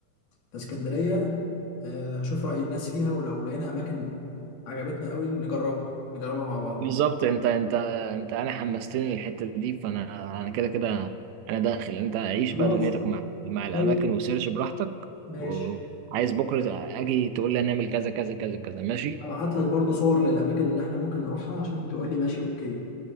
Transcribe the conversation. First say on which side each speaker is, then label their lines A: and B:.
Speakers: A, on the left (about 80°); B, on the right (about 85°).
A: في اسكندريه آه، هشوف راي الناس فيها ولو لقينا اماكن عجبتنا قوي نجربها نجربها مع بعض
B: بالظبط انت انت انت انا حمستني للحته دي فانا انا كده كده انا داخل انت عيش
A: خلاص
B: بقى دنيتك مع مع الاماكن
A: لو-
B: وسيرش براحتك
A: ماشي
B: وعايز بكره اجي تقول لي هنعمل كذا كذا كذا كذا ماشي
A: هبعت لك برضو صور للاماكن اللي احنا ممكن نروحها عشان تقول لي ماشي اوكي